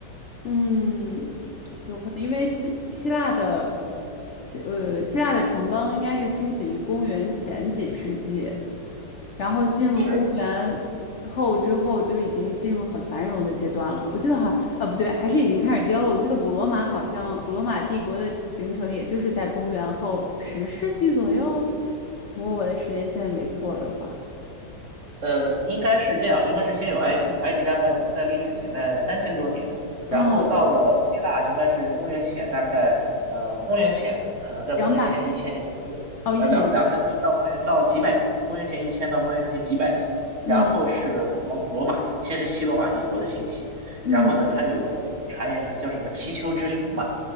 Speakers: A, on the left (about 65°); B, on the right (about 40°).
A: 嗯，有可能，因为希希腊的希呃希腊的城邦应该是兴起于公元前几世纪，然后进入公元后之后就已经进入很繁荣的阶段了。
B: 是。
A: 我记得好像啊不对，还是已经开始凋了。我记得古罗马好像古罗马帝国的形成也就是在公元后十世纪左右，如果我的时间线没错的话，
B: 呃，应该是这样，应该是先有埃及，埃及大概能在历史前面三千多年，
A: 嗯，
B: 然后到了希腊，应该是公元前大概，呃，公元前可能在公元前一千年左右，
A: 两百哦一千年，
B: 呃，两两三到到公元到几百年，公元前一千到公元前几百年，
A: 嗯
B: 然后是罗罗马，先是西罗马帝国的兴起，
A: 嗯，
B: 然后呢，它有个传言叫什么七丘之城嘛，